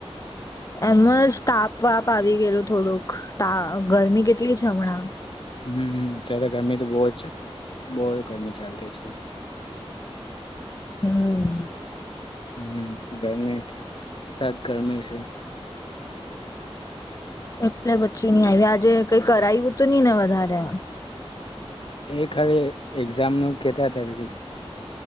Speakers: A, on the left (about 30°); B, on the left (about 55°).
A: એમજ તાવ વાપ આવી ગયેલું થોડુંક તા ગરમી કેટલી છે હમણાં.
B: હમ્મત્યારે તો ગરમી તો બહુ જ છે. બહુ ગરમી ચાલતી છે.
A: હમ્મ. <unintelligible>
B: હમ્મ ગરમી સખત ગરમી છે.
A: એટલે વચ્ચી ની‌ આવી આજે <unintelligible> કઈ કરાયું તો નહી ને વધારે!
B: એક ખાલી એક્ઝામ નું કેતા હતા